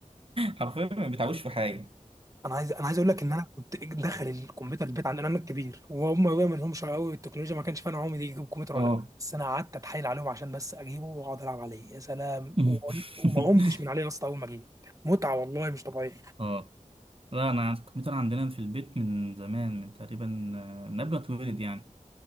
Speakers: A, on the right; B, on the right.
A: حرفيا ما بيتعبوش في حاجة
B: انا عايز انا عايز اقول لك ان انا كنت داخل الكمبيوتر البيت عندنا انا الكبير وهم بقى ما لهمش قوي التكنولوجيا ما كانش فاهم هم دي يجيبوا كمبيوتر
A: اه
B: ولا لا بس انا قعدت اتحايل عليهم عشان بس اجيبه واقعد العب عليه يا سلام
A: <laughs>
B: وقل- وما قمتش من عليه يا اسطى اول ما جه متعه والله مش طبيعيه
A: اه لا انا عن- الكمبيوتر عندنا في البيت من زمان من تقريبا آه، من قبل ما اتولد يعني